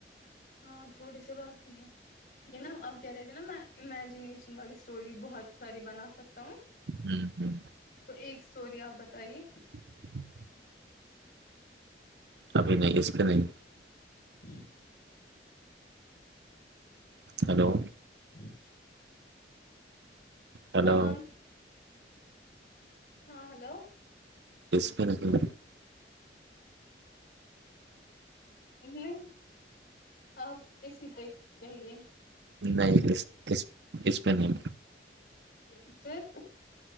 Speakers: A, on the left; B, on the right.
A: ہاں تھوڑی سی باقی ہے یہ نا اب کہہ رہے تھے نا میں امیجنییشن والی اسٹوری بہت ساری بنا سکتا ہوں
B: ہوں
A: تو ایک اسٹوری آپ بتائیے
B: <inaudible> ابھی نہیں اس پہ نہیں
A: ہوں
B: ہلو
A: جی
B: ہلو
A: ہاں ہاں ہلو
B: اس پہ نہیں
A: نہیں آپ اسی طر چاہیے
B: نہیں اس اس اس میں نہیں
A: <inaudible>